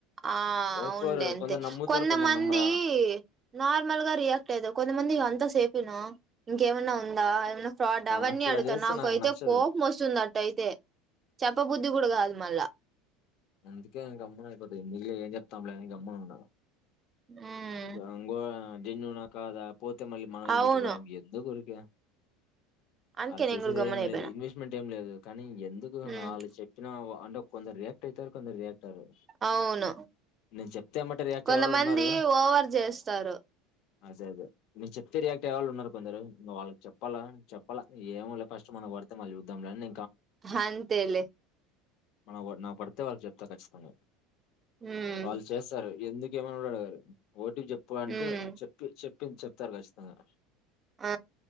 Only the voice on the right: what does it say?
ఆ
అవునులే అంతే
కొంతమంది
నార్మల్గా రియాక్ట్ అయితారు. కొంతమంది ఇంత సేపు ఇనో ఇంకేమన్నా ఉందా ఎమన్నా ఫ్రాడ్ ఆ అవన్నీ
అడుగుతారు.
నాకైతే
కోపం వస్తుంది అట్ట అయ్యితే చెప్పబుద్ధి కూడా కాదు మళ్ళా
ఉమ్
అవును
అందుకే
నేను
కూడా గమ్మున
అయిపోయినా
ఉమ్
అవును
కొంతమంది
ఓవర్ చేస్తారు
హ అంతేలే
ఉమ్
ఉమ్
ఆ